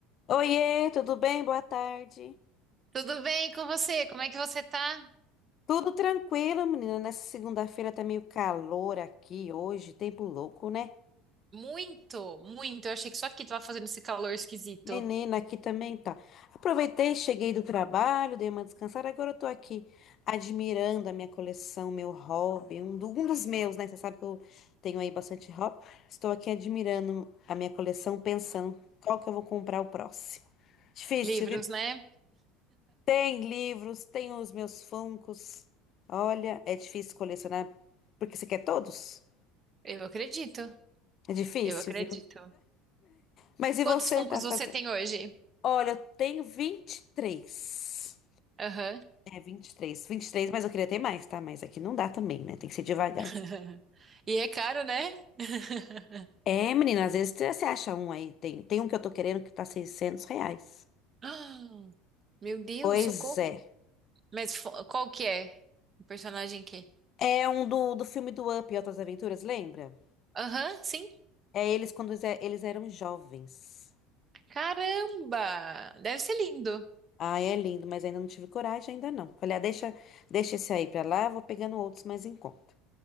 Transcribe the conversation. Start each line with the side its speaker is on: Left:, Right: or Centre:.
Left: Oiê, tudo bem? Boa tarde.
Right: Tudo bem com você? Como é que você tá?
Left: Tudo tranquilo, menina. Nessa segunda-feira tá meio calor aqui hoje, tempo louco, né?
Right: Muito, muito. Eu achei que só aqui tava fazendo esse calor esquisito.
Left: Menina, aqui também tá. Aproveitei, cheguei do trabalho, dei uma descansada. Agora eu tô aqui admirando a minha coleção, meu hobby, um, do- um dos meus, né? Você sabe que eu tenho aí bastante hobby. Estou aqui admirando a minha coleção, pensando qual que eu vou comprar o próximo. Difícil,
Right: Livros,
Left: viu?
Right: né?
Left: Tem livros, tem os meus Funkos. Olha, é difícil colecionar porque você quer todos?
Right: Eu acredito.
Left: É difícil,
Right: Eu acredito.
Left: viu? Mas e
Right: Quantos
Left: você
Right: Funkos
Left: tá fazendo?
Right: você tem hoje?
Left: Olha, eu tenho 23.
Right: Aham.
Left: É vinte vinte e três, vinte e três. mas eu queria ter mais, tá? Mas aqui não dá também, né? Tem que ser devagar.
Right: <laughs> E é caro, né? <gasps>
Left: É, menina, às vezes você acha um aí. Tem, tem um que eu tô querendo que tá 600 reais.
Right: Ah, Meu Deus,
Left: Pois
Right: socorro.
Left: é.
Right: Mas fo- qual que é? O personagem que?
Left: É um do, do filme do Up e Outras Aventuras, lembra?
Right: Aham, sim.
Left: É eles quando eles é- eles eram jovens.
Right: Caramba! Deve ser lindo.
Left: Ah, é lindo, mas ainda não tive coragem, ainda não. Falei, ah, deixa, deixa esse aí pra lá, eu vou pegando outros mais em conta.